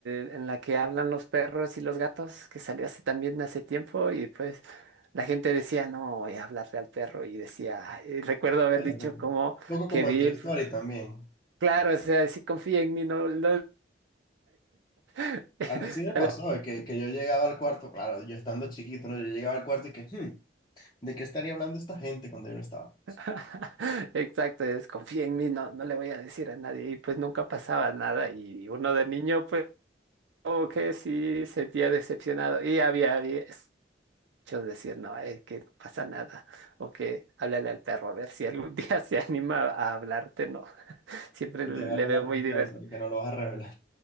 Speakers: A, on the right; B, on the left.
A: de- en la que hablan los perros y los gatos, que salió hace también hace tiempo, y pues la gente decía, no, voy a hablarle al perro, y decía, y recuerdo haber
B: Bueno,
A: dicho
B: como-
A: como
B: un poco
A: que
B: como
A: vi,
B: en tu historia
A: p-
B: también.
A: claro, o sea, si confía en mí, no lo... <laughs>
B: A mí sí me pasó de que, que yo llegaba al cuarto, claro, yo estando chiquito, ¿no? Yo llegaba al cuarto y que, "Hmm, ¿de qué estaría hablando esta gente cuando yo no estaba?
A: <laughs> Exacto, es confía en mí, no, no le voy a decir a nadie, y pues nunca pasaba nada, y uno de niño, pues como que sí sentía decepcionado, y había, había Yo decir, no, es que no pasa nada. O que háblale al perro a ver si algún <laughs> día se anima a hablarte, ¿no? Siempre
B: Y
A: le
B: te agarra
A: veo
B: la confianza
A: muy divertido.
B: de que no lo vas a revelar.